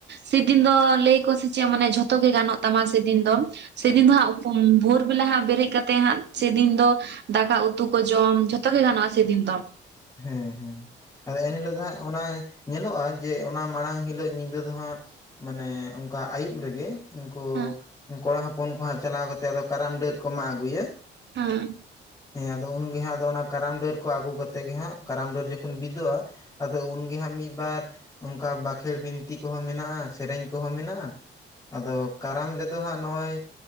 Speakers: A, on the right (about 60°); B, on the left (about 15°).
A: ᱥᱮᱫᱤᱱ ᱫᱚ ᱞᱟᱹᱭ ᱟᱠᱚ ᱥᱮ ᱪᱮᱫ ᱢᱟᱱᱮ ᱡᱷᱚᱛᱚ ᱜᱮ ᱜᱟᱱᱚᱜ ᱛᱟᱢᱟ ᱥᱮᱫᱤᱱ ᱫᱚ᱾ ᱥᱮᱫᱤᱱ ᱫᱚ ᱦᱟᱸᱜ ᱵᱷᱳᱨ ᱵᱮᱞᱟ ᱦᱟᱸᱜ ᱵᱮᱨᱮᱫ ᱦᱟᱸᱜ ᱥᱮᱫᱤᱱ ᱫᱚ ᱫᱟᱠᱟ ᱩᱛᱩ ᱠᱚ ᱡᱚᱢ ᱡᱷᱚᱛᱚ ᱜᱮ ᱜᱟᱱᱚᱜᱼᱟ ᱥᱮᱫᱤᱱ ᱫᱚ᱾
B: ᱦᱮᱸ ᱦᱮᱸ ᱟᱫᱚ ᱮᱱᱦᱤᱞᱳᱜ ᱫᱚ ᱦᱟᱸᱜ ᱚᱱᱟ ᱧᱮᱞᱚᱜᱼᱟ ᱡᱮ ᱚᱱᱟ ᱢᱟᱲᱟᱝ ᱦᱤᱞᱳᱜ ᱧᱤᱫᱟᱹ ᱫᱚ ᱦᱟᱸᱜ ᱢᱟᱱᱮ ᱚᱱᱠᱟ ᱟᱹᱭᱩᱵ ᱨᱮᱜᱮ ᱩᱱᱠᱩ
A: ᱦᱮᱸ
B: ᱠᱚᱲᱟ ᱦᱚᱯᱚᱱ ᱠᱚ ᱦᱟᱸᱜ ᱪᱟᱞᱟᱣ ᱠᱟᱛᱮᱜ ᱫᱚ ᱠᱟᱨᱟᱢ ᱰᱟᱹᱨ ᱠᱚ ᱢᱟᱜ ᱟᱹᱜᱩᱭᱟ᱾
A: ᱦᱮᱸ ᱾
B: ᱦᱮᱸ ᱟᱫᱚ ᱩᱱᱜᱮ ᱦᱟᱸᱜ ᱟᱫᱚ ᱚᱱᱟ ᱠᱟᱨᱟᱢ ᱰᱟᱹᱨ ᱠᱚ ᱟᱹᱜᱩ ᱠᱟᱛᱮ ᱛᱮ ᱜᱮ ᱦᱟᱸᱜ ᱠᱟᱨᱟᱢ ᱰᱟᱹᱨ ᱡᱚᱠᱷᱚᱱ ᱵᱤᱫᱚᱜᱼᱟ ᱟᱫᱚ ᱩᱱᱜᱮ ᱦᱟᱸᱜ ᱢᱤᱫ ᱵᱟᱨ ᱚᱱᱠᱟ ᱵᱟᱸᱠᱷᱮᱲ ᱵᱤᱱᱛᱤ ᱠᱚᱦᱚᱸ ᱢᱮᱱᱟᱜᱼᱟ, ᱥᱮᱨᱮᱧ ᱠᱚᱦᱚᱸ ᱢᱮᱱᱟᱜᱼᱟ᱾ ᱟᱫᱚ ᱠᱟᱨᱟᱢ ᱨᱮᱫᱚ ᱦᱟᱸᱜ ᱱᱚᱜᱼᱚᱭ